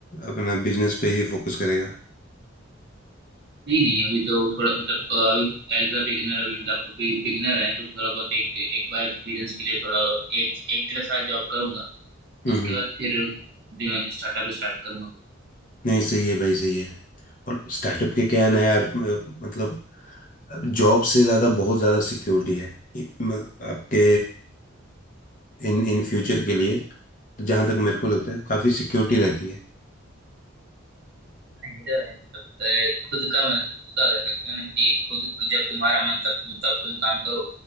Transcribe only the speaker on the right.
नहीं नहीं अभी तो थोड़ा मतलब अ, अभी एज अ बिगिनर अभी मतलब अभी बिगिनर है तो थोड़ा बहुत एक एक बार एक्सपीरियंस के लिए थोड़ा एक एक डेढ़ साल जॉब करूंगा
उसके बाद फिर स्टार्टअप स्टार्ट करूंगा
ये तो है मतलब अ, खुद का मन खुद का कर सकते हो ना कि खुद जब तुम्हारा मन तब तुम तब तुम काम करो